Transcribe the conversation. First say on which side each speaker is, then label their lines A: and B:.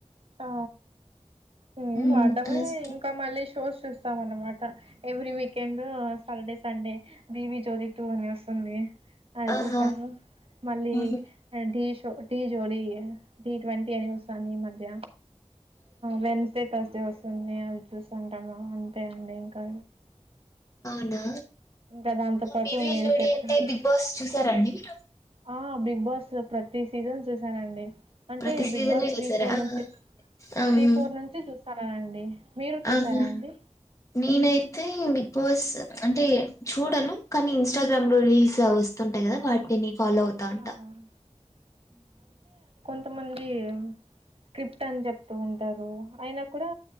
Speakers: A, on the right; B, on the left.
A: ఆ ఉ
B: మ్మ్
A: వాడడమే
B: అస్ట్-
A: ఇంకా మళ్ళీ షోస్ చూస్తాం అనమాట ఎవ్రీ వీకెండ్ సాటర్డే సండే బిబ జోలి టూ అని వస్తుంది అది
B: ఆహా
A: జూస మళ్ళీ
B: మ్మ్
A: ఢష్ ఢి జోడీ టీ ట్వంటీ అని వస్తుాంది ఈ మధ్య వెన్స్డే థర్స్డే వస్తుంది అది చూస్తుంటామా అంతే అండి ఇంకా
B: అవునా
A: ఇంకా దాంతో పాటు
B: బివ
A: మీరు
B: జోడ
A: చెప్పిన
B: అంటే బిగ్ బాస్ చూసారంండి మీరు
A: ఆ బిగ్ బాస్ ప్రతి సీజన్ చూసానండి అంటే
B: ప్రతి సీజన్
A: బిగ్ బాస్ త్రీ
B: చూసారా
A: ఫోర్
B: ఆహా
A: నుంచి
B: ఆహా
A: త్రీ ఫోర్ నుంచి చూస్త స్తలానండి మీరు చూసారా
B: ఆహా.
A: అండి
B: నేనైతే బిగ్ బాస్ అంటే చూడను కానీ ఇన్స్టాగ్రామ్ లో రీల్స్ వస్తు ఉంటాయి కదా వాటిని ఫాలో అవుతా ఉంటా
A: ఆ! త మంది స్క్రిప్ట్ అని చెప్తూ ఉంటారు అయినా కూడా